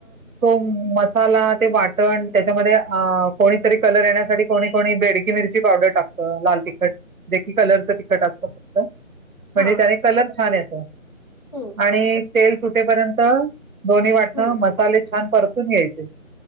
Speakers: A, on the right (about 85°); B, on the left (about 25°).
A: तो मसाला ते वाटण त्याच्यामध्ये अ कोणीतरी कलर येण्यासाठी कोणी कोणी बेडकी मिरची पावडर टाकतं, लाल तिखट, देखील कलरचं तिखट असतं फक्त म्हणजे
B: हां.
A: त्याने कलर छान येतो.
B: हं.
A: आणि तेल सुटेपर्यंत दोन्ही वाटणं
B: हं.
A: मसाले छान परतून घ्यायचे.